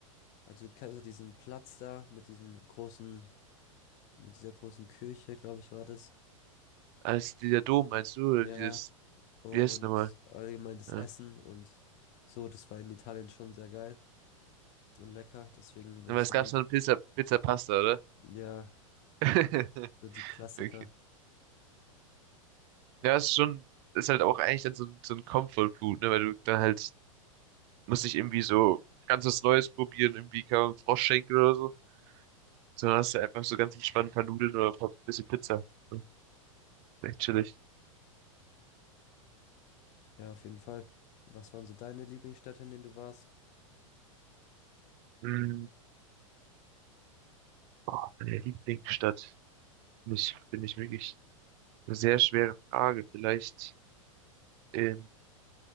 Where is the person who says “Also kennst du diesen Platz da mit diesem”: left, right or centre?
Left